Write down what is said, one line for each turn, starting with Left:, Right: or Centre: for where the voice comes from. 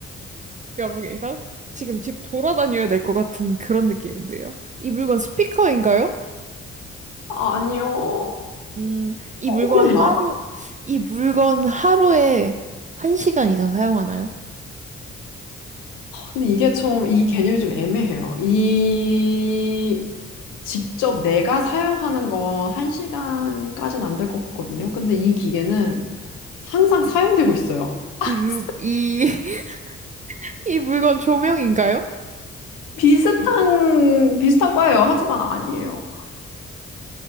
Right: 여러분이랑 지금 집 돌아다녀야 될 것 같은 그런 느낌인데요. 이 물건 스피커인가요?
Left: 아, 아니요.
Right: 음, 이
Left: 어렵나?
Right: 물건 하루, 이 물건 하루에 한시간 이상 사용하나요?
Left: 근데 이게 좀, 이 개념이 좀 애매해요. 이, 직접 내가 사용하는 건 1시간까지는 안 될 것 같거든요. 근데 이 기계는 항상 사용되고 있어요. <laughs>
Right: 이 물, 이, <laughs> 이 물건 조명인가요?
Left: 비슷한, 비슷한 과예요. 하지만 아니에요.